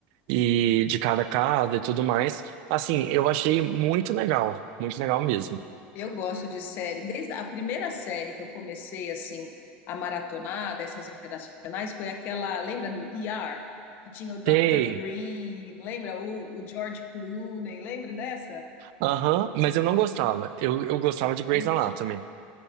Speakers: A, on the right; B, on the left.
A: e de cada casa e tudo mais. Assim, eu achei muito legal, muito legal mesmo.
B: Eu gosto de série. Desde a primeira série que eu comecei assim a maratonar dessas internacionais foi aquela, lembra do ER, que tinha o
A: Achei.
B: Dr. Green, lembra o, o George Clooney, lembra dessa?
A: Aham, mas eu não gostava. Eu, eu gostava de Grey's
B: Mentira.
A: Anatomy.